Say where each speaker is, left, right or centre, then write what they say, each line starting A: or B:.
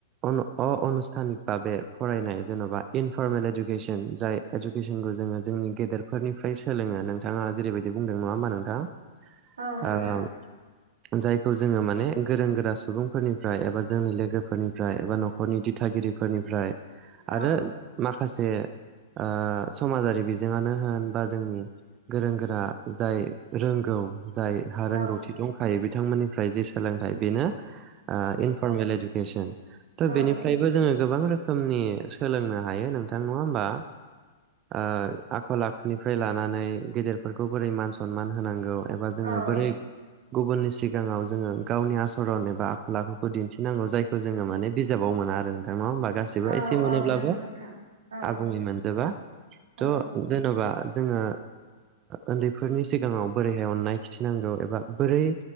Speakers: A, on the right; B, on the right.
A: अनु अ अनुस्थानिक बाबे फरायनाय जेनबा इनफरमेल इडुकेसन जाय इडुकेसनखौ जों जोङो जोंनि गेदेरफोरनिफ्राय सोलोङो नोंथाङा जेरैबायदि बुंदों नङा होमबा नोंथां।
B: औ नोंथां।
A: ओ जायखौ जोङो माने गोरों गोरा सुबुंफोरनिफ्राय एबा जोंनि लोगोफोरनि फ्राय एबा नखरनि दिथागिरिफोरनिफ्राय
B: औ
A: आरो माखासे ओ समाजारि बिजोङानो होन बा जोंनि गोरों गोरा जाय रोंगौ जायहा
B: औ
A: रोंगौथि दंखायो बिथांमोननिफ्राय जि सोलोंथाइ बेनो ओ इनफर्मेल एडुकेसन
B: औ
A: बेनिफ्रायबो जोङो गोबां रोखोमनि सोलोंनो हायो नोंथां नङा होमबा ओ आखल आखुनिफ्राय लानानै गेदेरफोरखौ बोरै मान सनमान होनांगौ एबा जोङो
B: औ
A: बोरै गुबुननि सिगाङाव जोङो गावनि आसरन एबा आखल आखुखौ दिन्थिनांगौ जायखौ जो जोङो माने बिजाबाव मोना आरो नोंथां नङा होमबा गासिबो
B: औ
A: एसे मोनोब्लाबो
B: औ नंगौ नोंथां औ
A: आबुुं मोनजोबा
B: औ
A: थ' जेन'बा जोङो उन्दैफोरनि सिगाङाव बोरैहाय अननाय खिथिनांगौ । एबा बोरै